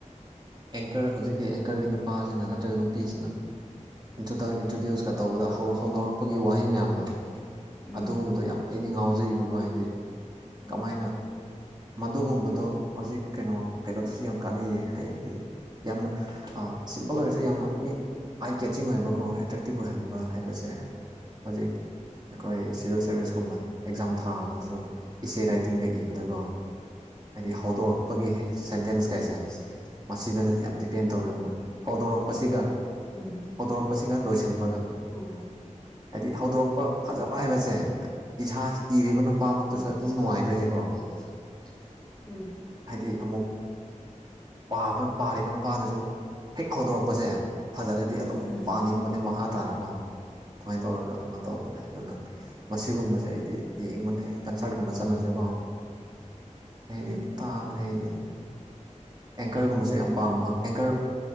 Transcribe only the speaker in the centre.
ꯎꯝ ꯎꯝ
ꯎꯝ
ꯎꯝ
ꯏꯁꯦ ꯔꯥꯢꯇꯤꯡ
ꯎꯝ
ꯑꯣ
ꯑꯆꯥ
ꯎꯝ
<unintelligible> ꯎꯝ
ꯎꯝ
ꯎꯝ